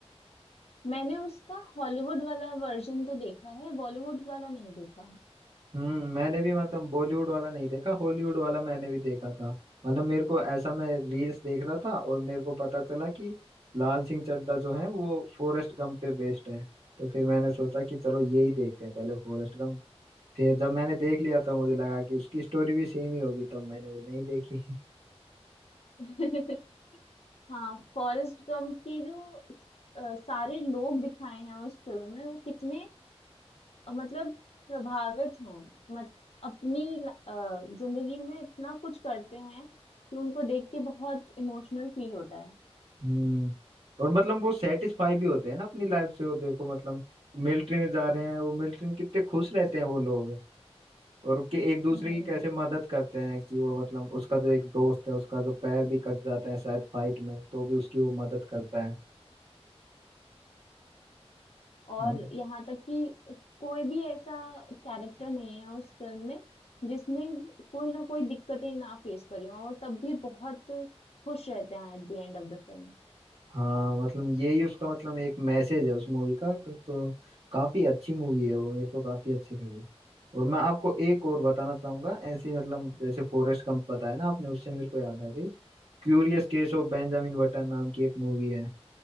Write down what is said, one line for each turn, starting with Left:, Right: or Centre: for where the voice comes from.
Left: मैंने उसका हॉलीवुड वाला वर्जन तो देखा है बॉलीवुड वाला नहीं देखा
Right: हम्म मैंने भी मतलब बॉलीवुड वाला नहीं देखा हॉलीवुड वाला मैंने भी देखा था मतलब मेरे को ऐसा मैं रील्स देख रहा था और मेरे को पता चला कि लाल सिंह चड्ढा जो है वो फॉरेस्ट गंप पे बेस्ड है तो फिर मैंने सोचा कि चलो यही देखते हैं पहले फॉरेस्ट गंप फिर जब मैंने देख लिया तो मुझे लगा कि उसकी स्टोरी भी सेम ही होगी तब मैंने वो नहीं देखी <laughs>
Left: <laughs> हाँ फॉरेस्ट गम के जो अ, सारे लोग दिखाए हैं उस फिल्म में वो कितने अ, मतलब प्रभावित हैं मत अपनी ल- अ, जिंदगी में इतना कुछ करते हैं कि उनको देख के बहुत इमोशनल फील होता है
Right: हम्म और मतलब वो सेटिस्फाई भी होते हैं ना अपनी लाइफ से वो देखो मतलब मिलिट्री में जा रहे हैं वो मिलिट्री में कितने खुश रहते हैं वो लोग और कि एक दूसरे
Left: हम्म
Right: की कैसे मदद करते हैं कि वो मतलब उसका जो एक दोस्त है उसका जो पैर भी कट जाता है शायद फाइट में तो भी उसकी वो मदद करता है
Left: और
Right: है ना
Left: यहाँ तक कि कोई भी ऐसा कैरेक्टर नहीं है उस फिल्म में जिसने कोई ना कोई दिक्कतें ना फेस करी हो और तब भी बहुत खुश रहते हैं at the end of the film
Right: हाँ मतलब यही उसका मतलब एक मैसेज है उस मूवी का तो काफी अच्छी मूवी है वो मेरे को काफी अच्छी लगी और मैं आपको एक और बताना चाहूंगा ऐसे ही, मतलब जैसे फॉरेस्ट गंप बताया ना आपने उससे मेरे को याद आ गई Curious case of Benjamin Button नाम की एक मूवी है